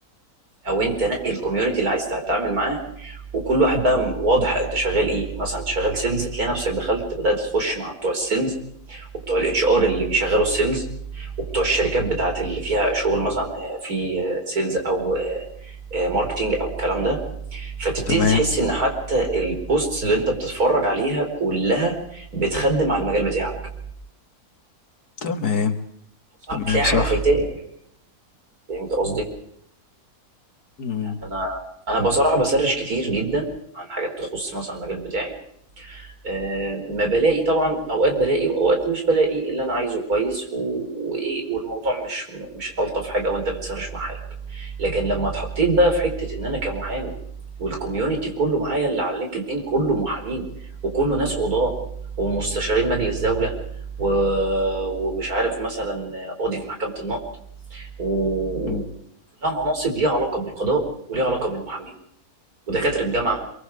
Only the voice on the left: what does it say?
تمام
تمام
تمام
صح
امم
أمم،